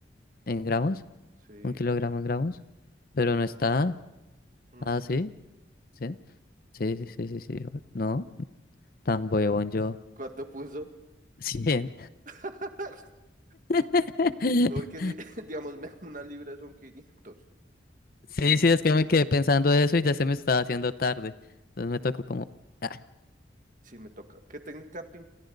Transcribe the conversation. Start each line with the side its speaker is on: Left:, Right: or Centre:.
Left: ¿En gramos?
Right: Sí.
Left: ¿Un kilogramo en gramos? Pero
Right: esa.
Left: no está.
Right: Mm,
Left: Ah, sí. Sí, sí, sí, sí, sí. sí. No, tan huevón yo.
Right: ¿Cuánto puso?
Left: 100.
Right: <laughs>
Left: <laughs>
Right: No, porque si, <laughs> digamos, me- una libra son 500.
Left: Sí, sí, es que me quedé pensando eso y ya se me estaba haciendo tarde. Entonces me tocó como... ah,
Right: Sí, me toca. ¿Qué técnica pin-